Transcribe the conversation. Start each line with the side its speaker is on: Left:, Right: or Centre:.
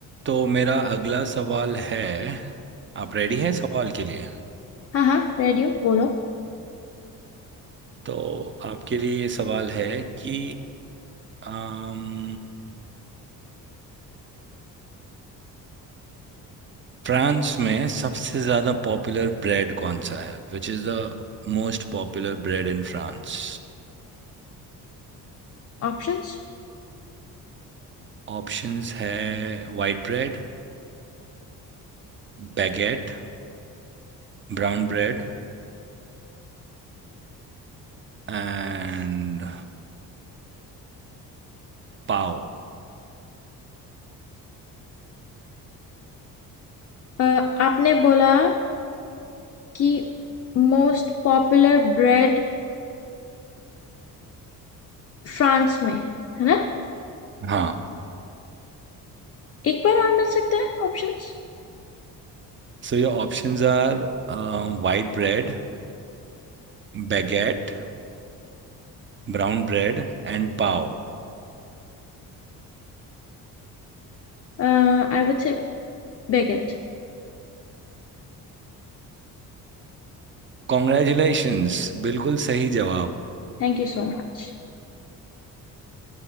Right: तो मेरा अगला सवाल है आप रेडी हैं सवाल के लिए
Left: हाँ हाँ रेडियो बोलो
Right: तो आपके लिए ये सवाल है कि अम, फ्रांस में सबसे ज़्यादा पॉपुलर ब्रेड कौन सा है Which is the most popular bread in France
Left: ऑप्शंस
Right: Options है white bread baguette brown bread and pav
Left: आपने बोला कि मोस्ट पॉपुलर ब्रेड फ्रांस में है है ना
Right: हाँ
Left: एक बार और मिल सकता है options
Right: so your options are white bread baguette brown bread and pav
Left: I would say baguette
Right: Congratulations बिल्कुल सही जवाब
Left: Thank you so much